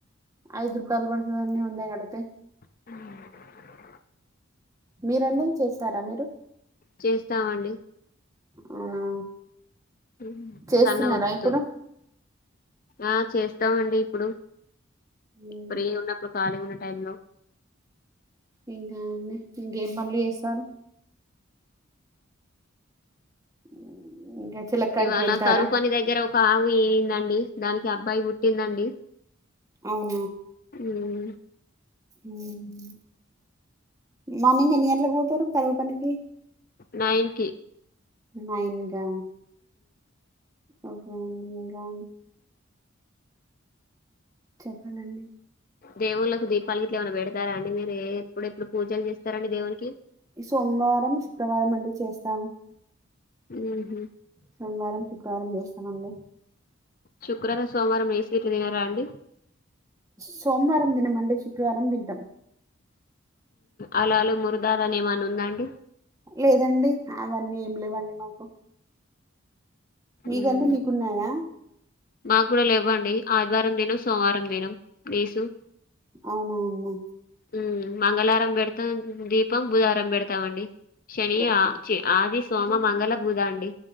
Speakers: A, on the right; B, on the left.
A: ఐదు రూపాయిల్ పడ్తదండి వంద కడ్తే
B: ఊమ్
A: మీరండి చేస్తారా మీరు
B: చేస్తామండి
A: అవునా
B: ఊమ్
A: చేస్తున్నారా
B: సన్నఒత్తూరు
A: ఇప్పుడు
B: ఆ చేస్తామండి ఇప్పుడు
A: ఉమ్,
B: ఫ్రీ ఉన్నప్పుడు ఖాగున్న టైంలో
A: ఇంకా అండి ఇంకేం పనులు చేస్తారు? ఉమ్, ఇంకా చిలక్కాడికి
B: ఇవాళ
A: వెళ్తారా
B: కరువుపని దగ్గర ఒక ఆవు ఈనిందండి. దానికి అబ్బాయి పుట్టిందండి
A: అవును
B: ఉమ్
A: ఉమ్ మార్నింగ్ ఎన్ని గంటలకు పోతారు కరవు పనికి
B: నైన్ కి
A: నైన్ కా ఒకే అండీ ఇంకా చెప్పాలండి
B: దేవుల్లకు దీపాలు గిట్లా ఏమైన్నా పెడతారా అండి మీరు ఏ ఎప్పుడు ఎప్పుడు పూజలు చేస్తారండి దేవుడీకి
A: సోమవారం శుక్రవారం అండి చేస్తాము
B: ఉమ్ హు
A: సోమవారం శుక్రవారం చేస్తామండి
B: శుక్రారం సోమవారం మేసి ఇట్లు తినారా అండి
A: సోమవారం తినమండి శుక్రవారం తింటం
B: అలాలు మురుదార్ అని ఏమన్నా ఉందాండి
A: లేదండి అవన్నీ ఏం లేవండి మాకు మీగన్నీ
B: ఉమ్
A: మీకున్నాయా
B: మాకు కూడా లేవండి ఆదివారం తినం సోమవారం తినం నీసు
A: అవున అన్ని
B: ఉమ్ మంగళారం పెడతాం దీపం బుధవారం పెడతామండి శని
A: ఓకే
B: ఆ చి ఆది సోమ మంగళ బూదా అండి